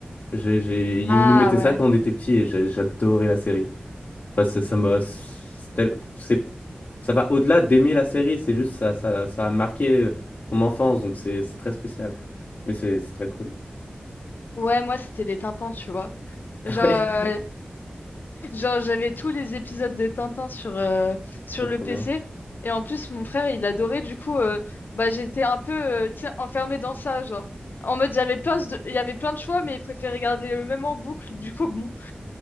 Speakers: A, on the left; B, on the left.
A: J'ai, j'ai, il
B: Ah
A: nous mettait
B: ouais.
A: ça quand on était petits et j'ai- j'adorais la série. Enfin, ça, ça m'a, c'est, tel- c'est- ça va au-delà d'aimer la série, c'est juste ça, ça, ça a marqué ton enfance, donc c'est c'est très spécial. Mais c'est c'est très cool.
B: Ouais, moi, c'était les Tintins, tu vois. Genre,
A: <laughs>
B: euh, Genre, j'avais tous les épisodes de Tintin sur, euh, sur
A: Ouais,
B: le
A: trop
B: PC.
A: bien.
B: Et en plus, mon frère, il adorait. Du coup, euh, bah, j'étais un peu euh, tu sais, enfermée dans ça. Genre, en mode, j'avais plein de... il y avait plein de choix, mais il préférait regarder le même en boucle. Du coup, bon,